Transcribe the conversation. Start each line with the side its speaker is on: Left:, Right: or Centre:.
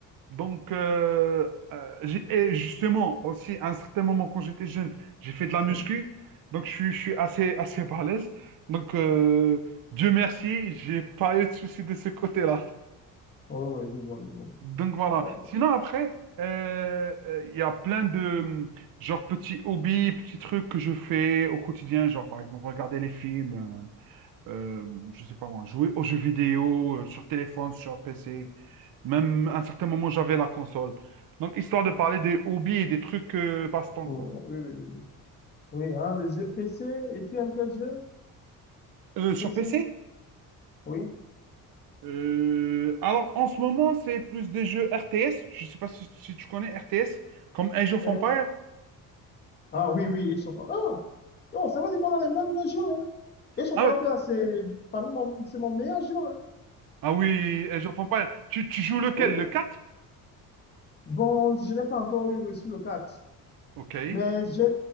Right: Donc, euh, euh, j'ai- et justement, aussi, à un certain moment, quand j'étais jeune, j'ai fait de la muscu.
Left: oui,
Right: Donc, je, suis je suis assez, assez balèze. Donc, euh, Dieu merci, j'ai pas eu de souci de ce côté-là.
Left: oui, oui, je vois, je vois.
Right: Donc voilà.
Left: Bon,
Right: Sinon après, euh, euh, il y a plein de hum, genre petits hobbies, petits trucs que je fais au quotidien, genre par exemple regarder les films, euh, euh, je sais pas moi, jouer aux jeux vidéo euh, sur téléphone, sur PC. Même à un certain moment j'avais la console. Donc histoire de parler des hobbies et des trucs euh, passe-temps
Left: Oui,
Right: quoi.
Left: oui, oui. Oui, hein, le jeu PC, et tu aimes quel jeu?
Right: Euh,
Left: Sur
Right: sur
Left: PC?
Right: PC?
Left: Oui.
Right: Euh, alors en ce moment c'est plus des jeux RTS. Je sais pas si, si tu connais RTS comme Age of
Left: Euh,
Right: Empires.
Left: Ah oui, oui, Eschoffa. Ah, non, ça veut dire qu'on a les mêmes jeux Hein. Eschoffa,
Right: Ah ouais,
Left: en fait, c'est parmi mon, c'est mon meilleur jeu hein.
Right: Ah oui, et j'en fais pas. Tu, tu joues lequel?
Left: Oui.
Right: Le 4?
Left: Bon, je n'ai pas encore eu reçu le 4
Right: Ok. Très
Left: mais j'ai